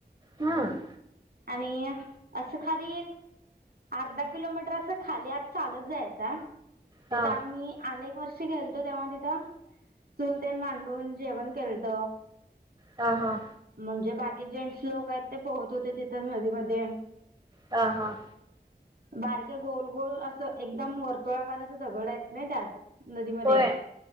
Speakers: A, on the right (about 25°); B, on the right (about 70°).
A: हम्म.
B: आणि असं खाली एक अर्धा किलोमीटर अस खाली आज चालत जायच तेथ
A: हा
B: आम्ही अनेक वर्ष क खेलतो तेव्हा तिथं चुल तेन मांडून जेवण केळत
A: ह हा
B: म्हणजे बाकी बाकी जेंस लोक आहेत ते पोहत होते तिथं नदीमध्ये
A: हा हा‌.
B: बारके गोल गोल असं एकदम वर्तुळाकार असं दगड हायत नाही त्यात नदीमध्ये
A: होय